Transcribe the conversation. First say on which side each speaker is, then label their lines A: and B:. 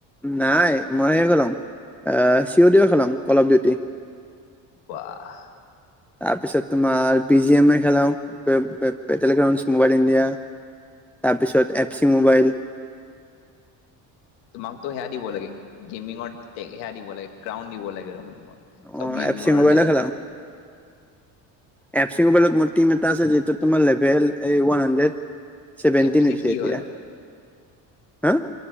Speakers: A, in the centre; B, on the left.
A: নাই মই সেই খেলাওঁ অ', চি ও দি খেলাওঁ অলপ দেৰি।
B: ওৱা।
A: তাৰ পিছত তোমাৰ বি জি এম এ খেলাও পেটেল গ্ৰাউণ্ড মোবাইল ইণ্ডিয়া তাৰপিছত এ ফ চি মোবাইল
B: তোমাকতো সেয়া দিব লাগে গেমিঙৰ সেয়া দিব লাগে ক্ৰাউণ্ড দিব লাগে দেখোন তোমাক। চব
A: অ'
B: গেমৰ
A: এফ চি মোবাইলে
B: সেয়া
A: খেলাওঁ এফ চি মোৰ টিম এটাছে যিহটো তোমাৰ লেভেল এইওৱন হানণ্ড্ৰেড। চেভেন্তিন
B: এফ চি
A: হৈছে
B: কি
A: এতিয়া
B: হয়
A: হা।